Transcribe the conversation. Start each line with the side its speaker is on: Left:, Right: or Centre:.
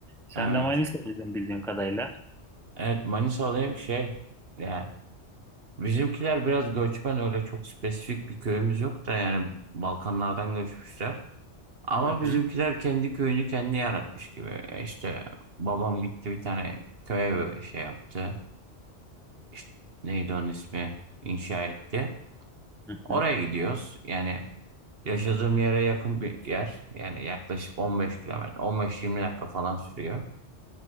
Centre: Sen
Right: Evet.
Centre: de Manisa'lıydın bildiğim kadarıyla.
Right: Evet Manisa'dayım şey yani bizimkiler biraz göçmen öyle çok spesifik bir köyümüz yok da yani Balkanlardan göçmüşler. Ama
Centre: Hı
Right: bizimkiler
Centre: hı.
Right: kendi köyünü kendi yaratmış gibi. E İşte babam gitti bir tane köye böyle şey yaptı. İşte neydi onun ismi? İnşa etti.
Centre: Hı
Right: Oraya
Centre: hı.
Right: gidiyoruz. Yani yaşadığım yere yakın bir yer. Yani yaklaşık 15 kilometre, 15-20 dakika falan sürüyor.